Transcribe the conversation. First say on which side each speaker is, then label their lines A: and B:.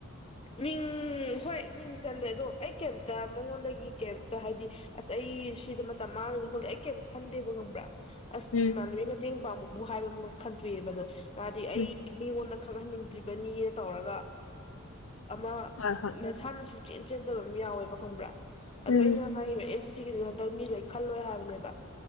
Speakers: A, on the left; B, on the left.
A: ꯃꯤꯡ ꯍꯣꯏ ꯃꯤꯡ ꯆꯜꯂꯦ ꯑꯗꯣ ꯑꯩ ꯀꯩꯝꯇ ꯃꯉꯣꯟꯗꯒꯤ ꯀꯩꯝꯇ ꯍꯥꯏꯗꯤ ꯑꯁ ꯑꯩ ꯁꯤꯗ ꯃꯇꯝ ꯃꯥꯡꯉꯤꯅ ꯈꯣꯂꯦ ꯑꯩ ꯀꯩꯝꯇ ꯈꯟꯗꯦꯕꯃ ꯕ꯭ꯔ ꯑꯁ
B: ꯎꯝ
A: ꯏꯃꯅꯕꯤ ꯃꯇꯦꯡ ꯄꯥꯡꯕꯕꯨ ꯍꯥꯏꯕ ꯑꯃ ꯈꯟꯗꯣꯏꯏꯑꯕ ꯑꯗꯣ ꯃꯗꯤ ꯑꯩ
B: ꯎꯝ
A: ꯃꯤꯉꯣꯟꯗ ꯈꯔꯍꯟꯅꯤꯡꯗ꯭ꯔꯤꯕꯅꯤꯅ ꯇꯧꯔꯒ ꯑꯃ
B: ꯍꯣꯏ ꯍꯣꯏ
A: ꯃꯁꯥꯅꯁꯨ ꯆꯦꯟ ꯆꯦꯟꯗꯕ ꯑꯃ ꯌꯥꯎꯋꯦꯕ ꯗꯣ ꯈꯪꯕ꯭ꯔꯥ ꯑꯗꯣ
B: ꯎꯝ
A: ꯑꯩꯅ ꯍꯥꯏꯔꯤꯕ ꯑꯦꯅꯁꯤ ꯁꯤꯒꯤꯗꯤ ꯍꯟꯇꯛ ꯃꯤ ꯂꯣꯏ ꯈꯜꯂꯣꯏ ꯍꯥꯏꯕꯅꯦꯕ